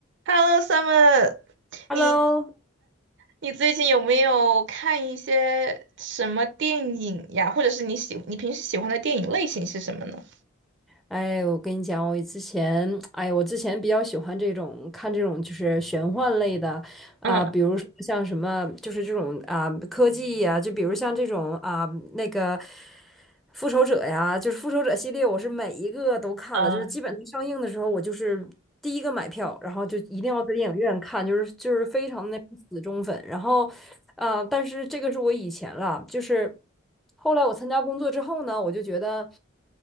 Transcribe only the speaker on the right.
Hello, Summer，
你你最近有没有看一些什么电影呀？或者是你喜你平时喜欢的电影类型是什么呢？
嗯
嗯